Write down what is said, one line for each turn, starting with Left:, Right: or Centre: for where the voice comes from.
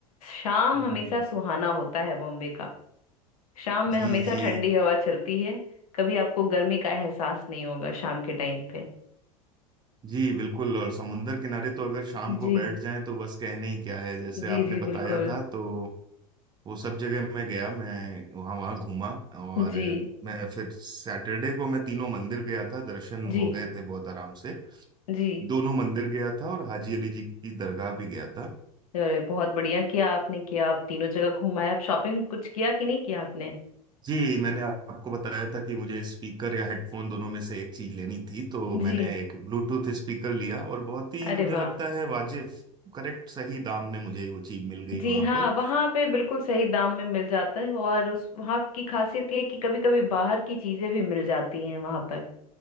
Left: शाम
Right: हम्म
Left: हमेशा सुहाना होता है बॉम्बे का शाम में
Right: जी
Left: हमेशा
Right: जी
Left: ठंडी हवा चलती है कभी आपको गर्मी का एहसास नहीं होगा शाम के टाइम पे
Right: जी बिल्कुल और समुंदर किनारे तो अगर शाम को
Left: जी
Right: बैठ जाएं तो बस कहने ही क्या है जैसे
Left: जी
Right: आपने
Left: जी
Right: बताया
Left: बिल्कुल
Right: था तो वो सब जगह मैं गया मैं वहाँ वहाँ घूमा और
Left: जी
Right: मैं फिर सैटरडे को मैं तीनों मंदिर गया था दर्शन
Left: जी
Right: हो गए थे बहुत आराम से
Left: जी
Right: दोनों मंदिर गया था और हाजी अली जी की दरगाह भी गया था
Left: अरे बहुत बढ़िया किया आपने किया आप तीनों जगह घुमाए आप शॉपिंग कुछ किया कि नहीं किया आपने
Right: जी मैंने आपको बताया था कि मुझे स्पीकर या हेडफोन दोनों में से एक चीज लेनी थी तो मैंने
Left: जी
Right: एक ब्लूटूथ स्पीकर लिया और बहुत ही
Left: अरे
Right: मुझे
Left: वाह
Right: लगता है वाजिब करेक्ट सही दाम में मुझे वो चीज मिल गई
Left: जी
Right: वहां
Left: हाँ
Right: पर
Left: वहाँ पे बिल्कुल सही दाम में मिल जाता है और उस वहाँ की खासियत ये है कि कभी कभी बाहर की चीजें भी मिल जाती हैं वहाँ पर